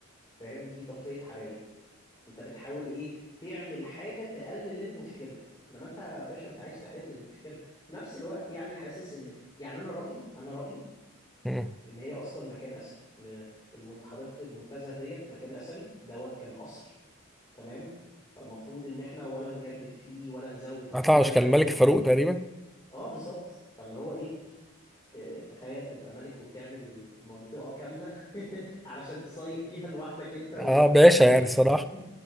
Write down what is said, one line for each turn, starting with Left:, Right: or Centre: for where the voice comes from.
Left: فاهم دي تطفية حرائق انت بتحاول ايه تعمل حاجة تقلل المشكلة انما انت يا باشا انت عايز تحل المشكلة في نفس الوقت يعني حاسس ان يعني انا رأيي انا رأيي
Centre: مم.
Left: ان هي اصلا مكان اثري ان المنت- حديقة المنتزه ديت مكان اثري دوت كان قصر تمام فالمفروض ان احنا ولا نجدد فيه ولا نزود فيه
Centre: عطاوش
Left: ولا نعمل
Centre: كان الملك
Left: اي
Centre: فاروق
Left: حاجة فيه
Centre: تقريبا
Left: اه بالظبط فاللي هو ايه اه، تخيل تبقى ملك وتعمل منطقة كاملة <laughs> علشان تصيف فيها لوحدك انت و...
Centre: اه باشا
Left: وعيلتك
Centre: يعني الصراحه